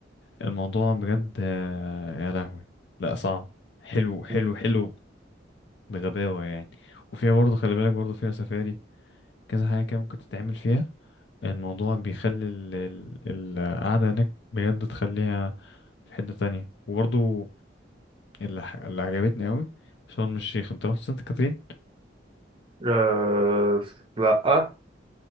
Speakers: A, on the left; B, on the right.
A: الموضوع بجد آه، يا لهوي لا صعب حلو حلو
B: امم
A: حلو بغباوة يعني وفيها برضه خلي بالك برضه فيها سفاري كذا حاجة كده ممكن تتعمل فيها الموضوع بيخلي ال- ال- القعدة هناك بجد تخليها في حتة تانية وبرضه اللي, ح- اللي عجبتني قوي شرم الشيخ انت رحت سانت كاترين
B: أه... لا